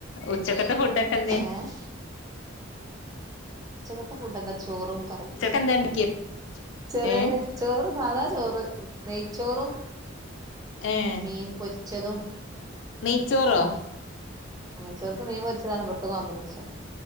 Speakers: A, on the left; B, on the right.
A: ഉച്ചക്കത്തെ ഫുഡൊക്കെന്തേയ്‌
B: ഏഹ് ഉച്ചക്കത്തെ ഫുഡന്താ ചോറും കറി
A: ഉച്ചക്ക് എന്താ ഉണ്ടാക്കിയെ
B: ചെറിയ
A: ഏഹ്
B: ചോറ് സാധാ ചോറ് നെയ്ച്ചോറും
A: ഏഹ്
B: മീൻ പൊരിച്ചതും
A: നെയ്ച്ചോറോ
B: നെയ്‌ച്ചോർക്ക് മീൻ പൊരിച്ചതാണ് ഇവിടുത്തെ കോമ്പിനേഷൻ